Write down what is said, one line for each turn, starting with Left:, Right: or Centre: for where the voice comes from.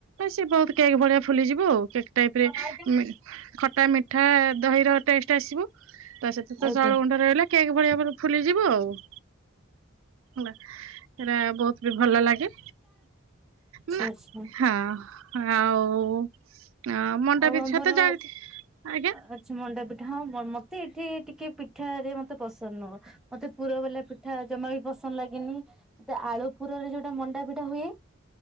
Right: ସି ବହୁତ କେକ୍ ଭଳିିଆ ଫୁଲିଯିବ ଆଉ କେକ୍ ଟାଇପରେ
Centre: ଆଜ୍ଞା।
Right: ଖଟା ମିଠା ଦହିର ଟେଷ୍ଟ ଆସିବ ତ ସେତ ତ
Centre: ଆଚ୍ଛା
Right: ଜଉଳ ଗୁଣ୍ଡ ରହିଲା କେକ୍ ଭଳିଆ ଭାବରେ ଫୁଲିଯିବ ଆଉ ହେଲା ସେଟା ବହୁତ ବି ଭଲ ଲାଗେ ମ
Centre: ଆଚ୍ଛା
Right: ହଁ ଆଉ ମଣ୍ଡାପ
Centre: ଆଉ ଆମର
Right: ସତ ଜାଣି ଆଜ୍ଞା
Centre: ଆଚ୍ଛା ମଣ୍ଡା ପିଠା ହଁ ମତେ ଏଠି ଟିକେ ପିଠାରେ ମତେ ପସନ୍ଦ ନୁହଁ ମତେ ପୁର ବଲା ପିଠା ଜମା ବି ପସନ୍ଦ ଲାଗେନି ଆଳୁ ପୁରରେ ଯୋଉଟା ମଣ୍ଡାପିଟା ହୁଏ